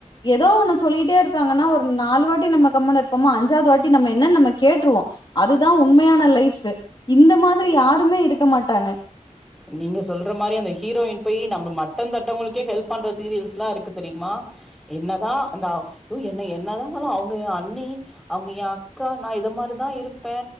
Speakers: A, on the left; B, in the centre.
A: எதோ ஒன்னு சொல்லிட்டே இருக்காங்கனா ஒரு நாலு வாட்டி நம்ம கம்முன்னு இருப்பமா அஞ்சாவது வாட்டி நம்ம என்னன் நம்ம கேட்ருவோ அதுதா உண்மையான லைஃப்பு இந்த மாரி யாருமே இருக்க மாட்டாங்க
B: நீங்க சொல்ற மாரி அந்த ஹீரோயின் போய் நம்ம மட்டந்தட்டவுங்களுகே ஹெல்ப் பண்ற சீரியல்ஸ்லா இருக்கு தெரிமா என்னதா அந்தாவ் யோ என்ன என்னதா இருந்தாலு அவுங்க ஏ அண்ணி அவ்ங்க ஏ அக்கா நா இத மாரி தா இருப்பே